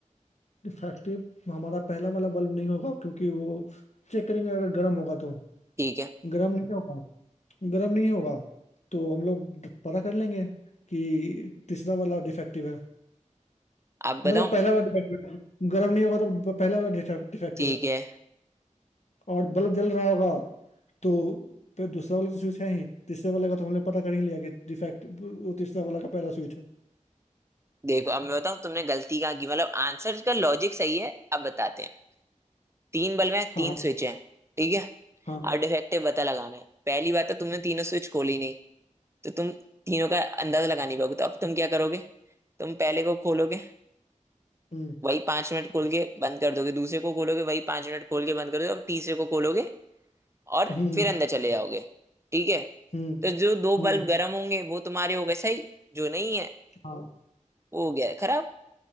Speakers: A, on the left; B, on the right.
A: डिफेक्टिव हमारा पहला वाला बल्ब नहीं होगा क्योंकि वो चेक करेंगे अगर गर्म होगा तो
B: ठीक है
A: गर्म नहीं होगा गर्म नहीं होगा तो हम लोग पता कर लेंगे कि तीसरा वाला डिफेक्टिव है
B: अब बताऊं
A: मतलब पहला वाला डिफेक्टिव है गर्म नहीं होगा तो पहला वाला डिफेक्टिव
B: ठीक
A: है
B: है
A: और बल्ब जल रहा होगा तो फिर दूसरा वाला तो स्विच है ही तीसरे वाले का तो हमने पता कर ही लिया कि डिफेक्ट वो तीसरा वाला का पहला स्विच है
B: देखो अब मैं बताऊं तुमने गलती कहाँ की मतलब आंसर का लॉजिक सही है अब बताते हैं तीन बल्ब हैं
A: हाँ
B: तीन
A: हाँ
B: स्विच हैं ठीक है
A: हाँ
B: और डिफेक्टिव पता लगाना है पहली बात तो तुमने तीनों स्विच खोली नहीं तो तुम तीनों का अंदाजा लगा नहीं पाओगे तो अब तुम क्या करोगे तुम पहले को खोलोगे
A: हम्म
B: वही पांच मिनट खोल के बंद कर दोगे दूसरे को खोलोगे वही पांच मिनट खोल के बंद कर दोगे और तीसरे को खोलोगे और
A: हम्म
B: फिर अंदर चले जाओगे ठीक है
A: हम्म
B: तो जो दो
A: हम्म
B: बल्ब गर्म होंगे वो तुम्हारे हो गए सही जो नहीं है
A: हाँ
B: वो हो गया खराब